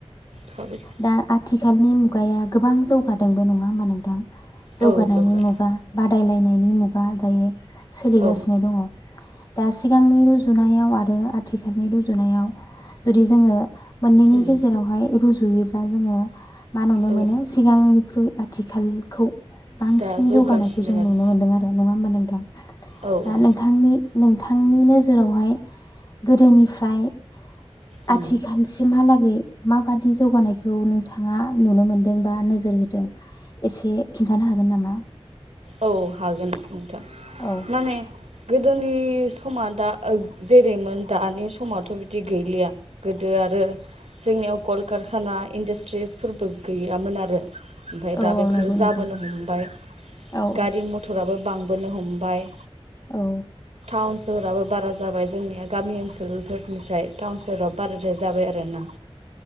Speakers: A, on the right (about 75°); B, on the left (about 35°).
A: सावराय
B: दा आथ आथिखालनि मुगाया गोबां जौगादों बे नङा होमबा नोंथां? जौगानायनि
A: औ जौगा
B: मुगा बादायलायनायनि मुगा दायो सोलिगासिनो
A: औ
B: दङ। दा सिगांनि रुजुनायाव आरो आथिखालनि रुजुनायाव जुदि जोंङो मोननैनि
A: उम
B: गेजेरावहाय रुजु जुयोबा जोंङो मा नुनो
A: औ
B: मोनो सिगांनिख्रुइ आथिखालखौ बांसिन
A: दा जौगासिनो
B: जौगानायखौ जों
A: आरो
B: नुनो मोनदों आरो नङा होमबा नों दां
A: औ
B: दा
A: औ
B: नोंथांनि नोंथांनि नोजोरावहाय गोदोनिफ्राय
A: उम
B: आथिखालसिमहालाग माबादि जौगानायखौ नोंथाङा नुनो मोन्दों बा नोजोर होदों एसे खिन्थानो हागोन नामा?
A: औ हागोन नोंथां
B: औ
A: माने गोदोनि समा दा ओ जेरैमोन दानि समावथ' बिदि गैलिया गोदो आरो जोंनियाव कलकारखाना इन्डास्ट्रिसफोरबो गैयामोन आरो ओमफ्राय
B: औ
A: दा बेफोरो
B: नंगौ
A: जाबोनो
B: नोंथां
A: हमबाय
B: औ
A: गारि मथर फ्राबो बांबोनो हमबाय
B: औ
A: टाउन सहराबो बारा जाबाय जोंनिया गामि ओनसोलफोरनिफ्राय टाउन सहोराव बाराद्राय जाबाय आरोना